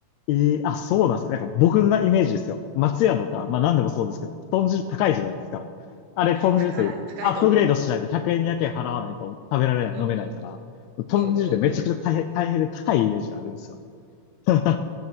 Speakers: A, on the left (about 80°); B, on the right (about 75°).
A: ええあ、そうなんですよ。なんか僕のイメージですよ。松屋のか、
B: うん。
A: まあ何でもそうですけど、豚汁高いじゃないですか。あれ、豚汁ってアップグレードしないと100円、
B: 高い、高いと思
A: に0けん払わないと食べられない、
B: う。
A: 飲めないから、
B: うんうん。
A: 豚汁ってめちゃくちゃ大変、
B: うんうんうん。
A: 大変で高いイメージがあるんですよね。<laughs>